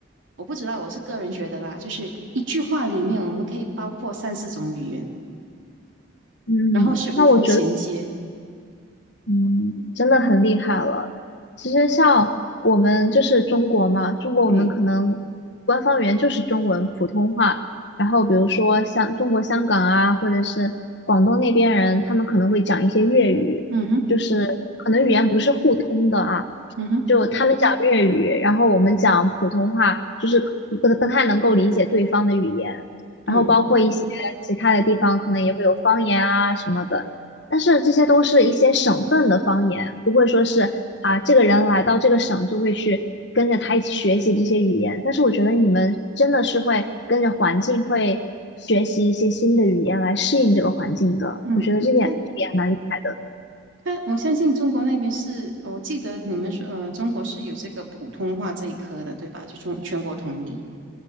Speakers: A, on the right; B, on the left.
A: 我不知道，我是个人觉得啦，就是一句话里面我们可以包括三四种语言，
B: <laughs> 嗯，
A: 然后是无缝衔接。
B: 那我觉得。嗯，真的很厉害了。其实像我们就是中国嘛，中国我们可能官方语言就是中文普通话，
A: 哎，
B: 然后比如说像中国香港啊，或者是广东那边人，他们可能会讲一些粤语，
A: 嗯哼，
B: 就是可能语言不是互通的啊，
A: 嗯哼，
B: 就他们讲粤语，然后我们讲普通话，就是不不太能够理解对方的语言，
A: 嗯
B: 然后包括一些其他的地方可能也会有方言啊什么的。但是这些都是一些省份的方言，不会说是啊，这个人来到这个省就会去跟着他一起学习这些语言。但是我觉得你们真的是会跟着环境会学习一些新的语言来适应这个环境的，
A: 嗯，
B: 我觉得这点这点还蛮厉害的。
A: 它他我相信中国那边是，我记得你们说，呃，中国是有这个普通话这一科的，对吧？就从全国统一，